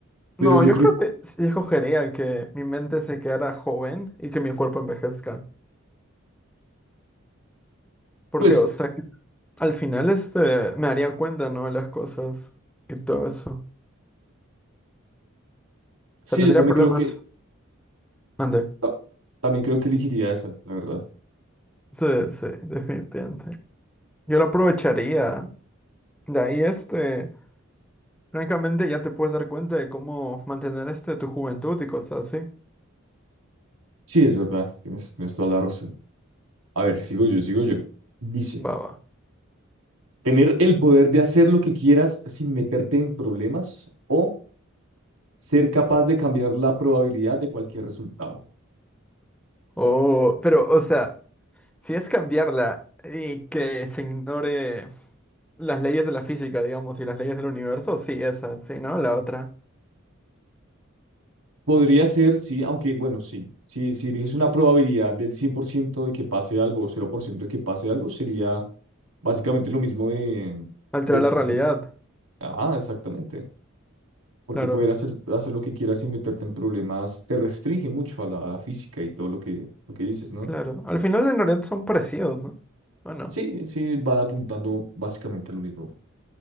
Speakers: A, on the right (about 85°); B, in the centre.
A: Pero
B: No,
A: yo
B: yo
A: creo,
B: creo que sí escogería que mi mente se quedara joven y que mi cuerpo envejezca. ¿por
A: pues...
B: qué? o sea, Al final, este, me daría cuenta, ¿no? De las cosas y todo eso. O
A: Sí,
B: sea, tendría
A: yo también
B: problemas.
A: creo que
B: Mande.
A: ta- también creo que elegiría esa, la verdad.
B: Sí, sí, definitivamente. Yo lo aprovecharía. De ahí, este, francamente, ya te puedes dar cuenta de cómo mantener, este, tu juventud y cosas así.
A: Sí, es verdad, tienes, tienes toda la razón. A ver, sigo yo, sigo yo. Dice,
B: Va, va.
A: tener el poder de hacer lo que quieras sin meterte en problemas o ser capaz de cambiar la probabilidad de cualquier resultado.
B: O, pero, o sea, si es cambiarla y que se ignore las leyes de la física, digamos, y las leyes del universo, sí, esa, sí, ¿no? La otra.
A: Podría ser, sí, aunque bueno, sí. Si, si eliges una probabilidad del 100% de que pase algo o cero por ciento de que pase algo, sería básicamente lo mismo de,
B: Alterar
A: de tener...
B: la realidad.
A: Ah, exactamente. porque
B: Claro,
A: poder hacer, hacer lo que quieras sin meterte en problemas te restringe mucho a la, a la física y todo lo que, lo que dices, ¿no?
B: claro. Al final, en realidad son parecidos, ¿no? ¿O no?
A: Sí, sí, van apuntando básicamente a lo mismo.